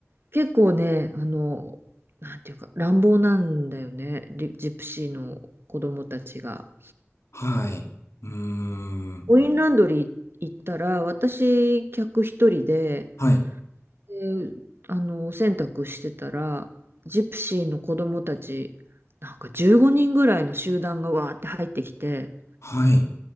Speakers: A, on the right; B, on the left.
A: 結構ね、あの、なんていうか、乱暴なんだよね、リジプシーの子供たちが。
B: あ、はい。うーん。
A: コインランドリー行ったら、私、客一人で、
B: はい、
A: であの、お洗濯してたら、ジプシーの子供たち、なんか15人ぐらいの集団がわーって入ってきて、
B: はい、